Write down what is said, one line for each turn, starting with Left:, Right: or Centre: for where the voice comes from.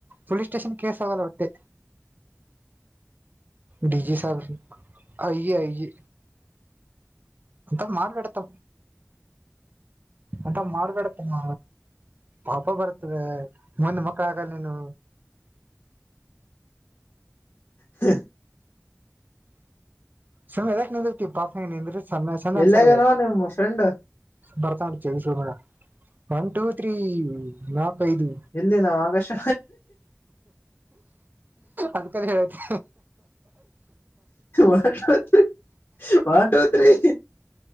Right: ಪೊಲೀಸ್ ಸ್ಟೇಷನ್ ಕೇಸ್ ಆಗಲ್ಲ ಹೊಟ್ಟೆ ಡಿಜಿ ಸಾಬ ಆಐ ಆಐೆ ಅತ್ತ ಮಾಡಾರ್ಡತ ಅಂತ ಮಾಡಬಾಡತ ನ ಪಾಪ ಬರ್ತದೆ ಮುಂದ್ ಮಕ್ಕಳ ಆಗಲ್ಲ ನೀನು
Left: ಹ
Right: ಸುಮ್ಮ್ ಇದದಾ ನಿಂದಿರ್ತಿ ಪಾಪ ಹ ನಿಂದ್ರರು ಚಂದ ಚಂದ
Left: ಎಲ್ಲಿಯಾಗನೋ
Right: ಅನ್ಸಲ
Left: ನಿಮ್ ಫ್ರೆಂಡ್
Right: ಬರ್ತಾ ಚ ಒನ್ ಟೂ ತ್ರೀ ನ ಬೈದು
Left: ಇಲ್ಲಿ ನಾವ್ ಆಗಸ್ಟ್
Right: ಅದ್ಕ ಹೇಳಕ್ಕೆ
Left: one two three one two three